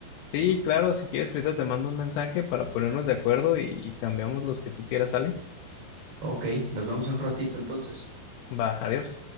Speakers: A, on the left (about 85°); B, on the right (about 75°).
A: Sí, claro, si quieres, ahorita te mando un mensaje para ponernos de acuerdo y, y cambiamos los que tú quieras, ¿sale?
B: Ok, nos vemos en un ratito entonces.
A: Va, adiós.